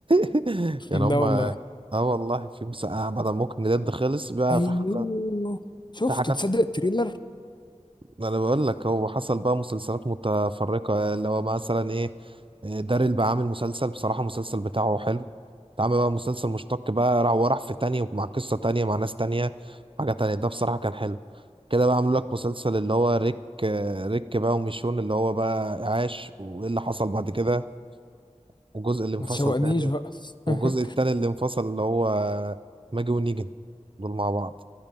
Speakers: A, on the right; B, on the left.
A: <laughs>
B: <laughs>
A: يعني هما
B: لا والله
A: اه والله في مسا... آه بعد ما ممكن جد خلص بقى
B: ايوه
A: في ح...
B: شفته
A: في حاجات
B: تصدق التريلر
A: انا بقول لك هو حصل بقى مسلسلات متفرقة اللي هو مثلا ايه آه، داريل بقى عامل مسلسل بصراحة المسلسل بتاعه حلو اتعمل بقى مسلسل مشتق بقى راح وراح في تانية ومع قصة تانية مع ناس تانية حاجة تانية ده بصراحة كان حلو كده بقى عملوا لك مسلسل اللي هو ريك آه، ريك بقى وميشون اللي هو بقى عاش وايه اللي حصل بعد كده والجزء اللي انفصل
B: ما تشوقنيش
A: تاني
B: بقى
A: والجزء
B: <laughs>
A: التاني اللي انفصل اللي هو ماجي ونيجن دول مع بعض